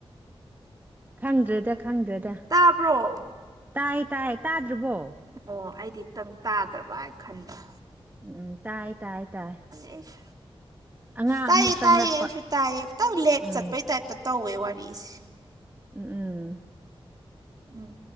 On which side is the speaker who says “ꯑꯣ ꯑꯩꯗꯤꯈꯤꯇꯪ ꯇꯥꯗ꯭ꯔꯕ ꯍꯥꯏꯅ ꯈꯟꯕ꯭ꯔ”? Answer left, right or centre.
Right